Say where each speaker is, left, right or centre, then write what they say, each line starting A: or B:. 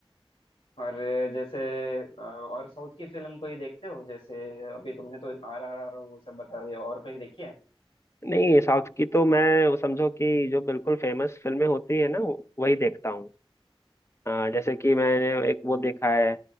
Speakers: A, on the left (about 80°); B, on the left (about 30°).
A: और जैसे अ, और साउथ की फिल्म कोई देखते हो जैसे अभी तुमने तो आर आर आर वो सब बता दिया और कोई देखी है
B: नहीं साउथ की तो मैं वो समझो कि जो बिल्कुल फेमस फिल्में होती है ना वही देखता हूँ हाँ, जैसे कि मैंने एक वो देखा है